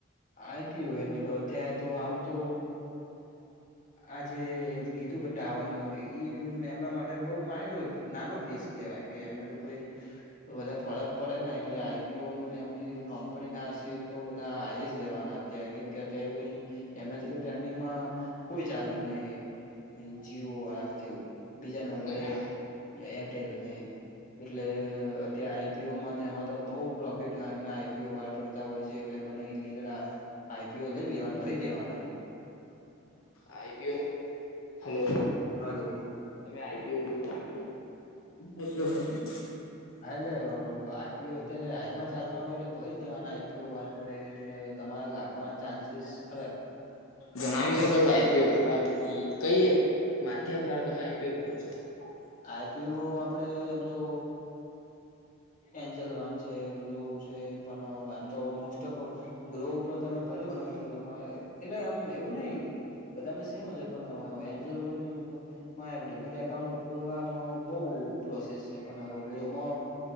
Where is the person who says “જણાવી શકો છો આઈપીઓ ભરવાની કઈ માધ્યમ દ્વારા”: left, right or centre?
Left